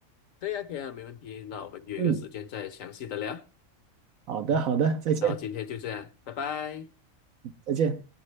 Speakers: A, on the left; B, on the right.
A: 对呀，可以啊，没问题。那我们约个时间再详细的聊。
B: 嗯，好的好的，
A: 嗯，
B: 再见
A: 然后今天就这样，拜拜。
B: 再见。